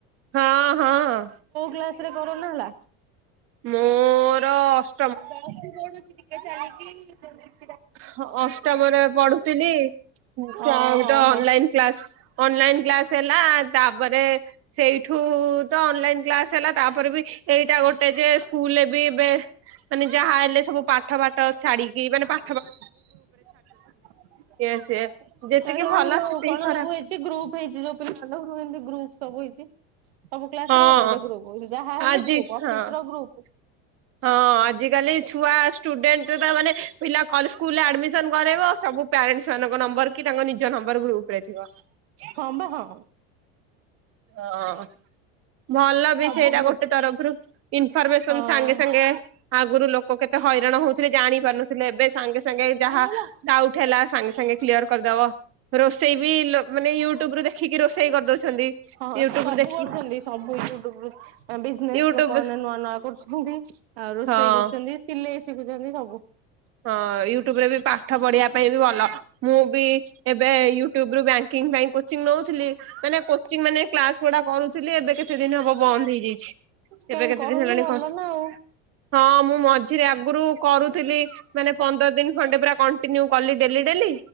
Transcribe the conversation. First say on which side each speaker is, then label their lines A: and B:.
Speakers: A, on the right; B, on the right.
A: ହଁ ହଁ।
B: କ୍ଲାସ୍ ରେ କରୋନା ହେଲା?
A: ମୋର ଅସ
B: ମୁଁ ପ୍ଲସ ଟୁ ପଢୁ ଥି କେ ଯାଇକି ମୁଁ
A: ହ ଅଷ୍ଟମରେ ପଢୁଥିଲି ସ
B: ଓହୋ
A: ତ
B: ହୋ।
A: ଅନଲାଇନ୍ କ୍ଲାସ୍ ଅନଲାଇନ କ୍ଲାସ୍ ହେଲା ତାପରେ ସେଇଠୁ ତ ଅନଲାଇନ୍ କ୍ଲାସ ହେଲା ତାପରେ ବି ଏଇଟା ଗୋଟେ ଯେ ସ୍କୁଲରେ ବି ଏବେ ମାନେ ଯାହା ହେଲେ ସବୁ ପାଠ ବାଠ ଛାଡିକି ମାନେ ପା
B: ଏ ସବୁ
A: ଇଏ ସିଏ ଯେତିକି ଭଲ
B: ଯୋଉ
A: ସେତିକି
B: କଣ
A: ଖରାପ
B: ସବୁ ହେଇଛି ଗ୍ରୁପ୍ ହେଇଛି ଯୋଉ ପିଲା ମନଙ୍କୁ ଗ୍ରୁପ ସବୁ ହେଇଛି। ସବୁ କ୍ଲାସ୍
A: ହଁ
B: ର ଗୋଟେ ଗୋଟେ ଗ୍ରୁପ୍ ଯାହାହଲେ
A: ଆଜି
B: ଗ୍ରୁପ୍ ଅଫିସ୍
A: ହଁ
B: ର ଗ୍ରୁପ୍।
A: ହଁ ଆଜିକାଲି ଛୁଆ ଷ୍ଟୁଡେଣ୍ଟ ତା ମାନେ ପିଲା ଖାଲି ସ୍କୁଲ ଆଡ଼ମିସ ଆଡ଼ମିସନ କରେଇବ ସବୁ ପ୍ୟାରେଣ୍ଟସ୍ ମାନଙ୍କ ନମ୍ବର କି ତାଙ୍କ ନିଜ ନମ୍ବର ଗ୍ରୁପ୍ ରେ ଥିବ।
B: ହଁ ବା ହଁ।
A: ହଁ। ଭଲ ବି
B: ସବୁ
A: ସେଇଟା
B: ଗ୍ରୁପ
A: ଗୋଟେ ତରଫରୁ ଇନଫର୍ମେସନ
B: ହଁ।
A: ସାଙ୍ଗେ ସାଙ୍ଗେ ଆଗରୁ ଲୋକ କେତେ ହଇରାଣ ହଉଥିଲେ ଜାଣି ପାରୁନଥିଲେ ଏବେ ସାଙ୍ଗେ ସାଙ୍ଗେ
B: ହୁଁ
A: ଯାହା ଡାଉଟ୍ ହେଲା ସାଙ୍ଗେ ସାଙ୍ଗେ କ୍ଲିୟର କରିଦବ ରୋଷେଇ ବି ଲୋ ମାନେ ୟୁଟ୍ୟୁବ ରୁ ଦେଖିକି ରୋଷେଇ କରିଦଉଛନ୍ତି।
B: ହଁ
A: ୟୁଟ୍ୟୁବ
B: ସବୁ
A: ରୁ ଦେଖିକି
B: କରୁଛନ୍ତି ସବୁ ୟୁ ଟୁବରୁ ବିଜନେସ୍
A: ୟୁଟ୍ୟୁବ
B: ଲୋକମାନେ ନୂଆ ନୂଆ କରୁଛନ୍ତି। ଆଉ ରୋଷେଇ
A: ହଁ
B: କରୁଛନ୍ତି ସିଲେଇ। ଶିଖୁଛନ୍ତି ସବୁ।
A: ହଁ ୟୁଟ୍ୟୁବ୍ ରେ ବି ପାଠ ପଢିବା ପାଇଁ ବି ଭଲ। ମୁଁ ବି ଏବେ ୟୁଟ୍ୟୁବ ରୁ ବ୍ୟାଙ୍କିଙ୍ଗ୍ ପାଇଁ କୋଚିଙ୍ଗ ନଉଥିଲି ମାନେ କୋଚିଂ ମାନେ କ୍ଲାସ୍ ସେଟା କରୁଥିଲି ଏବେ କେ - କେତେ ଦିନ ହବ ବନ୍ଦ ହେଇଯାଇଛି
B: କାହିଁ
A: ଏବେ କେତେ
B: କରୁନୁ
A: ଦିନ ହେଲାଣି
B: ଭଲ
A: କ
B: ନା ଆଉ
A: ହଁ ମୁଁ ମଝ୍ ଝିରେ ଆଗରୁ କରୁଥିଲି। ମାନେ ପନ୍ଦର ଦିନ ଖଣ୍ଡେ ପୁରା କଣ୍ଟିନ୍ୟୁ କଲେ ଡେଲି ଡେଲି